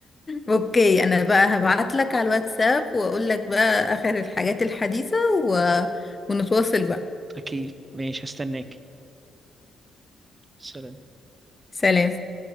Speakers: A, on the left; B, on the right.
A: اوكي انا بقى هبعت لك على الواتساب واقول لك بقى اخر الحاجات الحديثة و... ونتواصل بقى
B: اكيد ماشي هستناك سلام
A: سلام